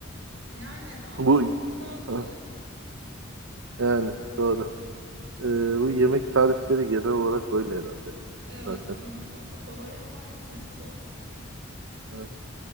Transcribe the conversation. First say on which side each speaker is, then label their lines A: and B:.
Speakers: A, on the right; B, on the right.
A: Yani anlatması
B: Bu
A: daha kolay.
B: Hı, yani doğru. Ee, bu yemek tarifleri genel olarak böyle herhalde
A: Evet
B: zaten.
A: anlatması kolay ama yapması zor.
B: Hı.